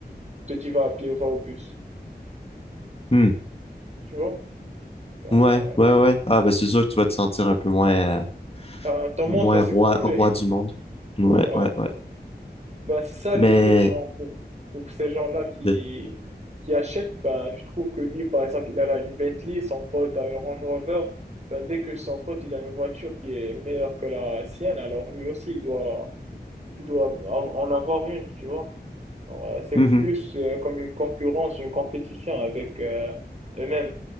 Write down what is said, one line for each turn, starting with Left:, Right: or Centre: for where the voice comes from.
Right: Je te dis, va à pied ou va au bus.
Left: Hmm.
Right: Tu vois? Genre,
Left: Ouais,
Right: euh,
Left: ouais, ouais. Ah ben c'est sûr que tu vas te sentir un peu moins euh,
Right: ben, ton
Left: moins
Right: monde va s'écrouler.
Left: roi roi du monde.
Right: <laughs>
Left: Ouais,
Right: Ouais.
Left: ouais, ouais.
Right: Bah, c'est ça
Left: Mais
Right: le truc, genre, pour, pour ces gens-là qui,
Left: de...
Right: qui achètent, ben, tu trouves que lui, par exemple, il a là une Bentley, son pote a une Range Rover, ben, dès que son pote, il a une voiture qui est meilleure que la sienne, alors lui aussi, il doit, il doit av- en avoir une, tu vois. Alors, euh, c'est
Left: Mhm.
Right: plus euh, comme une concurrence, une compétition avec euh, eux-mêmes.